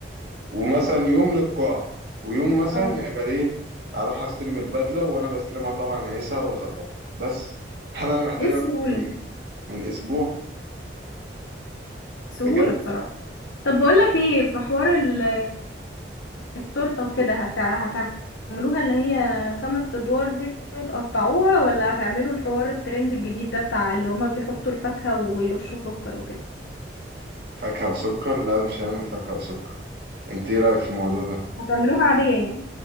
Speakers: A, on the right; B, on the left.
A: ومثلا يوم للقاعه ويوم مثلا
B: اه
A: هيبقى ليه اروح استلم البدله وانا بستلمها طبعا هيسها واظبطها بس هل انا محتاج
B: ايه السهوله
A: اكتر من
B: دي
A: من اسبوع
B: سهوله
A: بجد
B: بصراحه طب بقولك ايه في حوار ال التورته وكده هتع... هتعملوها اللي هي خمس ادوار دي وتقطعوها ولا هتعملوا الحوار الترند الجديد ده بتاع اللي هما بيحطوا الفاكهه ويرشوا سكر وكده
A: فاكهة وسكر لا مش هنعمل فاكهة وسكر انت ايه رأيك في الموضوع ده
B: هتعملوها عاديه يعني